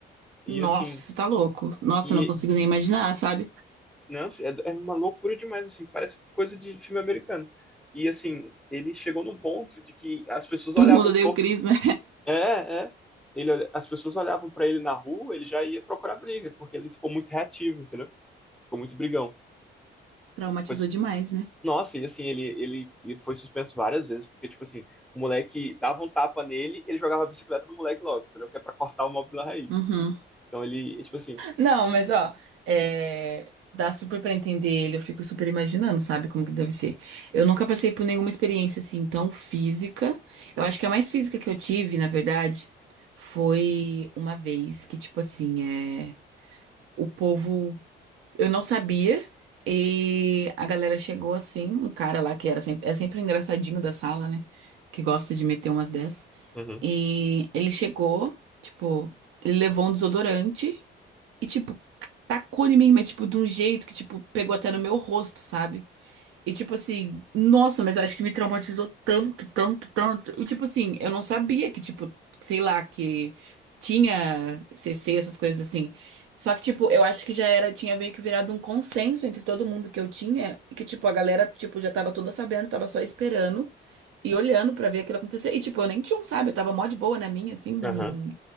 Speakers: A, in the centre; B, on the right.
A: E
B: Nossa,
A: assim,
B: você tá louco. Nossa,
A: e
B: eu não consigo nem imaginar, sabe?
A: não, é, é uma loucura demais, assim, parece coisa de filme americano. E assim, ele chegou num ponto de que as pessoas
B: <laughs> Todo
A: olhavam
B: mundo odeia
A: torto
B: o Chris, né?
A: É, é. Ele, olha- as pessoas olhavam pra ele na rua, ele já ia procurar briga, porque ele ficou muito reativo, entendeu? Ficou muito brigão.
B: Traumatizou
A: Foi, su-
B: demais, né?
A: nossa, e assim, ele, ele e foi suspenso várias vezes, porque, tipo assim, o moleque dava um tapa nele, ele jogava a bicicleta no moleque logo, entendeu? Que é pra cortar o mal pela raiz.
B: Uhum.
A: Então ele, tipo assim.
B: Não, mas ó, é, dá super pra entender ele. Eu fico super imaginando, sabe? Como que deve ser. Eu nunca passei por nenhuma experiência assim tão física. Eu acho que a mais física que eu tive, na verdade, foi uma vez que, tipo assim, é. O povo. Eu não sabia. E a galera chegou assim, um cara lá que era sempre, é sempre o engraçadinho da sala, né? Que gosta de meter umas dessas.
A: Uhum,
B: E ele chegou, tipo, ele levou um desodorante e, tipo, tacou em mim, mas, tipo, de um jeito que, tipo, pegou até no meu rosto, sabe? E tipo assim, nossa, mas acho que me traumatizou tanto, tanto, tanto. E tipo assim, eu não sabia que, tipo, sei lá, que tinha CC, essas coisas assim. Só que, tipo, eu acho que já era, tinha meio que virado um consenso entre todo mundo que eu tinha, e que, tipo, a galera, tipo, já tava toda sabendo, tava só esperando e olhando pra ver aquilo acontecer. E, tipo, eu nem tinha um, sabe? Eu tava mó de boa na minha, assim, não.
A: aham,